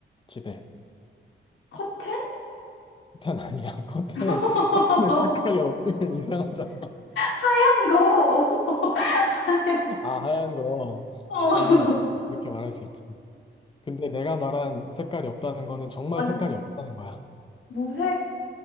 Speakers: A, on the left (about 25°); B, on the left (about 90°).
A: 집에.
B: 커튼?
A: 커튼 아니야. <laughs> 커튼에
B: <laughs>
A: 커튼에 색깔이 없으면 이상하잖아.
B: 하얀 거. <laughs> 하얀
A: 아, 하얀 거.
B: 거.
A: 하얀 거.
B: 어.
A: 이렇게 말할 수 있지. 근데 내가 말한 색깔이 없다는 거는 정말
B: 완전
A: 색깔이 없다는 거야.
B: 무색,